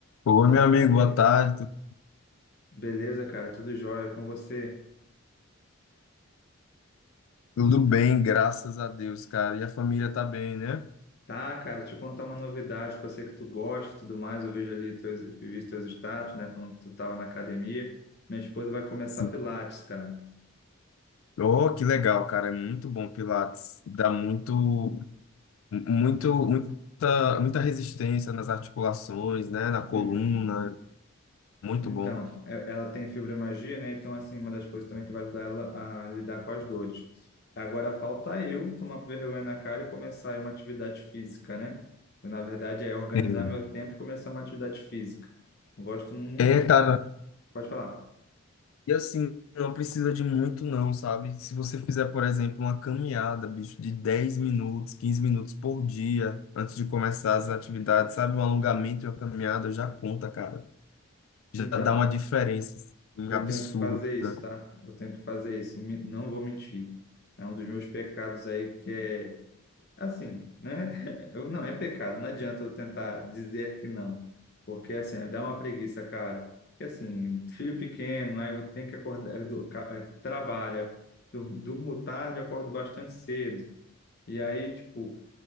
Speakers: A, on the left; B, on the left.
A: Oi,
B: Fala,
A: meu amigo,
B: meu amigo.
A: boa tarde. Tu-
B: Beleza, cara? Tudo jóia com você?
A: Tudo bem, graças a Deus, cara. E a família tá bem, né?
B: Tá, cara, te contar uma novidade que eu sei que tu gosta e tudo mais. Eu vejo ali teus, eu vi teus status, né? Quando tu tava na academia. Minha esposa vai começar
A: Sim.
B: Pilates, cara.
A: Oh, que legal, cara. É muito bom Pilates. Dá muito, muito, muita, muita resistência nas articulações, né? Na coluna.
B: Uhum.
A: Muito
B: Então,
A: bom.
B: e- ela tem fibromialgia, né? Então, assim, uma das coisas também que vai ajudar ela a lidar com as dores. Agora falta eu tomar vergonha na cara e começar aí uma atividade física, né? Na verdade, é organizar
A: Sim.
B: meu tempo e começar uma atividade física. Eu gosto muito
A: É,
B: de...
A: cara.
B: fa- Pode falar.
A: E assim, não precisa de muito, não, sabe? Se você fizer, por exemplo, uma caminhada, bicho, de 10 minutos, 15 minutos por dia, antes de começar as atividades, sabe? Um alongamento e uma caminhada já conta, cara. já
B: Então,
A: dá uma diferença assim,
B: Eu
A: absurda.
B: tenho que fazer isso, tá? Eu tenho que fazer isso. Me- Não vou mentir. É um dos meus pecados aí que é assim, né? <laughs> Eu, não, é pecado. Não adianta eu tentar dizer que não, porque assim, dá uma preguiça, cara. Porque assim, filho pequeno, aí eu tenho que acordar, eu dou- ca- eh, trabalha, dur- durmo tarde, acordo bastante cedo. E aí, tipo,